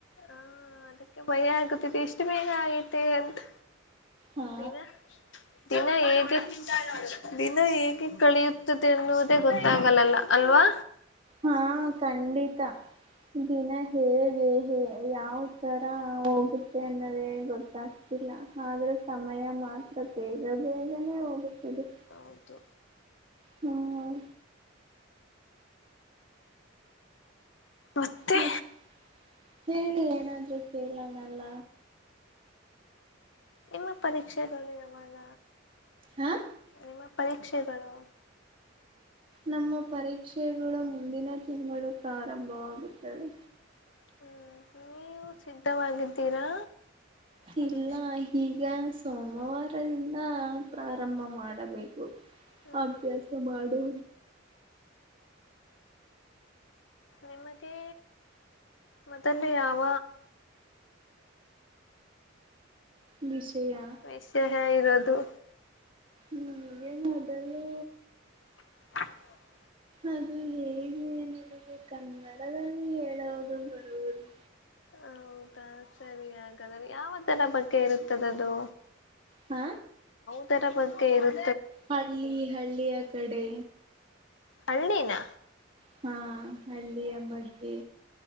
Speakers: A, on the left; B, on the right.
A: ಹಾ ಅದಕ್ಕೆ ಭಯ ಆಗುತ್ ಎಷ್ಟು ಬೇಗ ಆಗೈತೆ ಅಂತ್
B: ಹಾ
A: ದಿನ ದಿನ ಹೇಗೆ ದಿನ ಹೇಗೆ ಕಳಿಯುತ್ತದೆ ಎನ್ನುವುದೇ ಗೊತ್ತಾಗಲ್ಲಲ್ಲ ಅಲ್ವಾ.
B: ಹಾ ಖಂಡಿತಾ. <unintelligible> ಹೇ ಯಾವ್ ತರ ಹೋಗುತ್ತೆ ಅನ್ನೋದೇ ಗೊತ್ತಾಗ್ತಿಲ್ಲ ಆದ್ರೆ ಸಮಯ ಮಾತ್ರ ಬೇಗ ಬೇಗನೆೇ ಹೋಗುತ್ತಿದೆ.
A: ಹೌದು
B: ಹ್ಮ್
A: ಮತ್ತೆ
B: ಮತ್ ಹೇಳಿ ಏನಾದ್ರು ಕೇಳಣಲ್ಲ.
A: ನಿಮ್ಮ ಪರೀಕ್ಷೆಗಳು ಯಾವಾಗ.
B: ಹಾ
A: ನಿಮ್ಮ ಪರೀಕ್ಷೆಗಳು
B: ನಮ್ಮ ಪರೀಕ್ಷೆಗಳು ಮುಂದಿನ ತಿಂಗಳು ಪ್ರಾರಂಭವಾಗುತ್ತವೆ.
A: ಹ್ಮ್ ನೀವು ಸಿದ್ಧವಾಗಿದ್ದೀರಾ. ಪರೀಕ್ಷೆ
B: ಇಲ್ಲ ಈಗ ಸೋಮವಾರದಿಂದ ಪ್ರಾರಂಭ ಮಾಡಬೇಕು.
A: ಹ್ಮ್
B: ಅಭ್ಯಾಸ ಮಾಡು
A: ನಿಮಗೆ ಮೊದಲು ಯಾವ
B: ನಿಶಯ
A: ವಷ್ಯ ಹಾ ಇರೋದು.
B: ನಂಗೆ ಮೊದಲು.
A: <inaudible>
B: ಅದು ಹೇಗೆ ನನಗೆ ಕನ್ನಡದಲ್ಲಿ ಹೇಳದು ಬರುವುದು.
A: ಹೌದಾ ಸರಿ ಹಾಗಾದ್ರೆ ಯಾವ ತರ ಬಗ್ಗೆ ಇರುತ್ತದ ಅದು.
B: ಹಾ
A: ಇದರ ಬಗ್ಗೆ ಇರುತ್
B: ಹಳ್ಳಿ ಹಳ್ಳಿಯ ಕಡೆ.
A: ಹಳ್ಳಿನ
B: ಹಾ ಅಲ್ಲಿ ಅಮ್ಮಗೆ